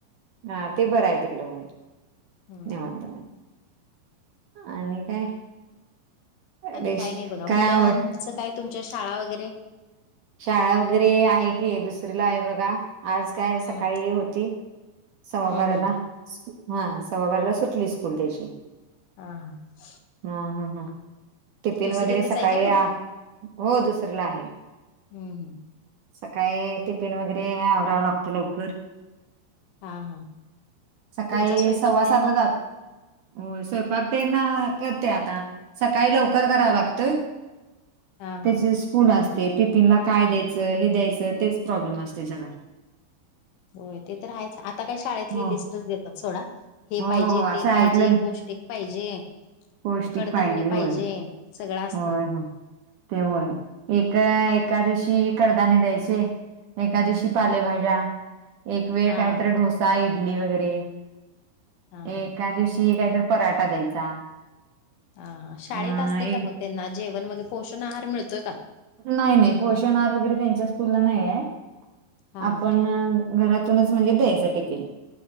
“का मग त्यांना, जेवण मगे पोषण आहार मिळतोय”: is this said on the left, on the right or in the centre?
Left